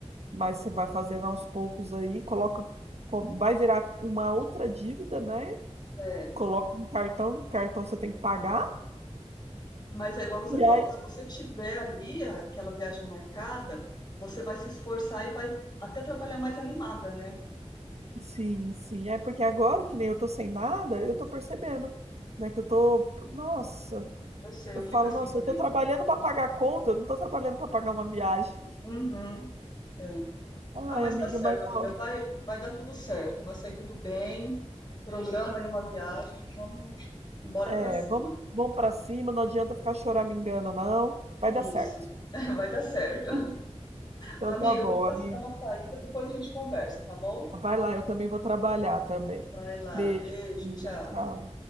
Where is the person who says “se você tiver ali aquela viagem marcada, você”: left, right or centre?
Left